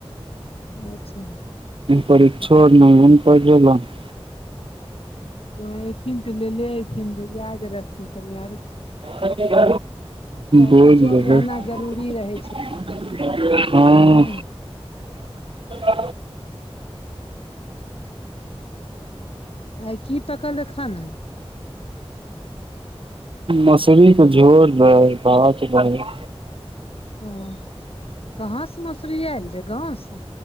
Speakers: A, on the left (about 65°); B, on the right (about 55°).
A: अच्छा।
B: परीक्षाक ओर गाममे। <unintelligible> <unintelligible>
A: ओथिन तँ लऽ लैलेथिन, याद रखथिन तनि यार।
B: ह बोल
A: कि जल
B: बबै
A: रहना
B: <unintelligible>
A: जरूरी रहै
B: हँ
A: छै इहे ने
B: <unintelligible>
A: आइ की पकल खाना
B: मसलीके झोर रहै बात रहै।
A: ह ह कहाँ से मसुररी आल रहै गाँव से